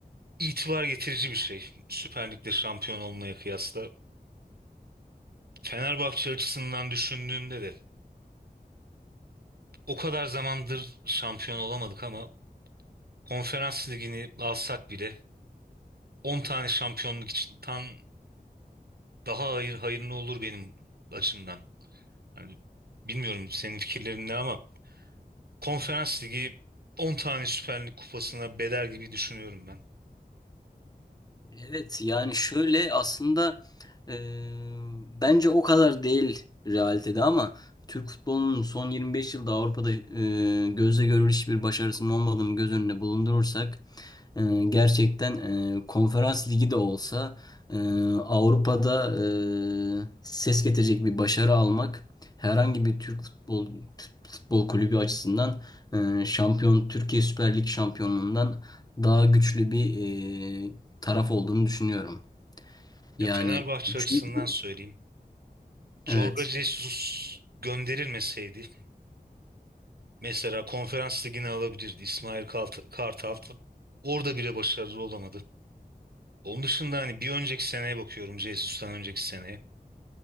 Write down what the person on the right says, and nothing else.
itibar getirici bir şey. Süper Lig'de şampiyon olmaya kıyasla. Fenerbahçe açısından düşündüğümde de o kadar zamandır şampiyon olamadık ama Konferans Ligi'ni alsak bile 10 tane şampiyonluk için tan daha hayır, hayırlı olur benim açımdan. Yani bilmiyorum senin fikirlerin ne ama Konferans Ligi 10 tane Süper Lig kupasına bedel gibi düşünüyorum ben.
Ya
Fenerbahçe
açısından söyleyeyim. Jorge
Jesus gönderilmeseydi mesela Konferans Ligi'ni alabilirdi İsmail Kalt- Kartal. Orada bile başarılı olamadı. Onun dışında hani bir önceki seneye bakıyorum Jesus'tan önceki seneye.